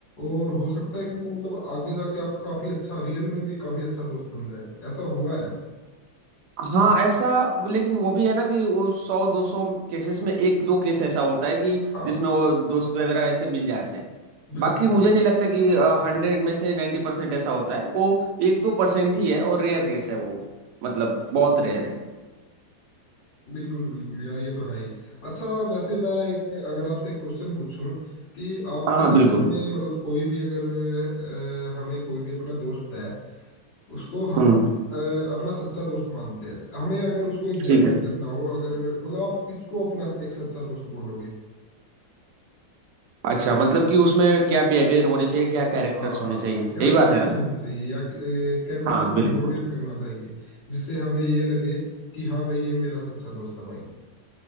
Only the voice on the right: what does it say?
हाँ ऐसा लेकिन वो भी है ना कि वो सौ दो सौ केसेस में एक दो केस ऐसा होता है कि
जिसमें वो दोस्त वगैरह ऐसे मिल जाते हैं
बाकी मुझे नहीं लगता कि हंड्रेड में से नाइन्टी परसेंट ऐसा होता है वो एक दो परसेंट ही है और रेयर केस है वो मतलब बहुत रेयर है
हाँ हाँ बिल्कुल
हम्म
ठीक है
अच्छा मतलब कि उसमें क्या बिहेवियर होने चाहिए क्या कैरेक्टर्स
होने
चाहिए
यही
बात
है ना
हाँ
बिल्कुल